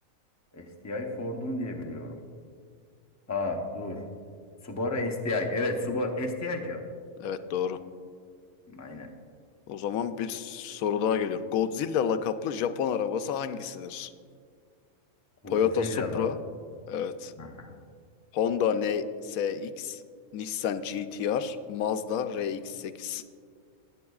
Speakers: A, on the left; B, on the left.
A: STI Ford'un diye biliyorum. Aa dur Subaru STI evet Subaru STI cevap
B: Evet doğru.
A: aynen.
B: O zaman bir soru daha geliyor. Godzilla lakaplı Japon arabası hangisidir?
A: Godzilla'lar.
B: Toyota Supra. Evet.
A: Aha,
B: Honda NSX, Nissan GT-R, Mazda RX-8.